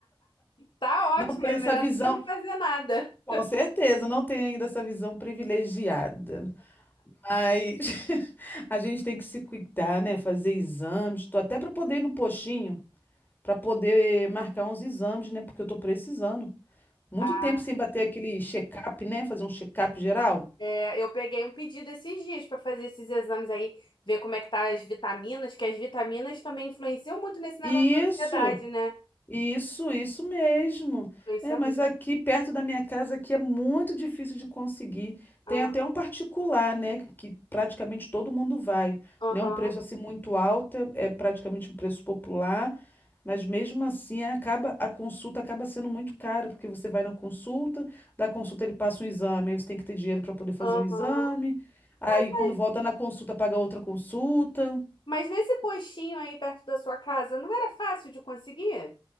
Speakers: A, on the left; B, on the left.
A: Tá
B: Não
A: ótimo,
B: tem
A: é
B: essa
A: melhor
B: visão.
A: do que não fazer nada.
B: Com certeza, não tem ainda essa visão privilegiada. Mas <laughs> a gente tem que se cuidar, né? Fazer exames. Tô até para poder ir no postinho, para poder marcar uns exames, né? Porque eu tô precisando. Muito
A: Ah.
B: tempo sem bater aquele check-up, né? Fazer um check-up geral.
A: É, eu peguei um pedido esses dias para fazer esses exames aí, ver como é que tá as vitaminas, que as vitaminas também influenciam muito nesse negócio
B: E
A: da
B: Isso.
A: ansiedade, né?
B: Isso, isso mesmo.
A: Influencia
B: É, mas
A: muito.
B: aqui perto da minha casa aqui é muito difícil de conseguir.
A: Ah,
B: Tem até um particular, né, que praticamente todo mundo vai,
A: Aham,
B: né? Um preço assim muito alto, é é praticamente um preço popular, mas mesmo assim acaba a consulta acaba sendo muito cara, porque você vai na consulta, da consulta ele passa um exame, aí você tem que ter dinheiro para poder fazer
A: aham.
B: o exame. Aí
A: Ai,
B: quando volta na consulta paga outra consulta.
A: Mas nesse postinho aí perto da sua casa, não era fácil de conseguir?